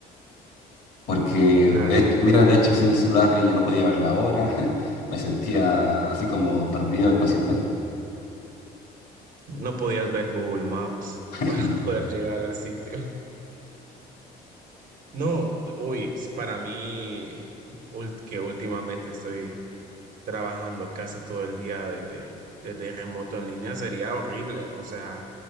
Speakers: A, on the left; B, on the right.
A: Porque,
B: Claro,
A: de hech- mira, de hecho, sin el celular yo no podía ver la hora, <laughs> me sentía así como perdido espacialmente.
B: no podías ver Google Maps
A: <laughs>
B: para <laughs> poder llegar al sitio. No, uy, para mí, ul- que últimamente estoy trabajando casi todo el día desde, desde remoto en línea sería horrible. O sea,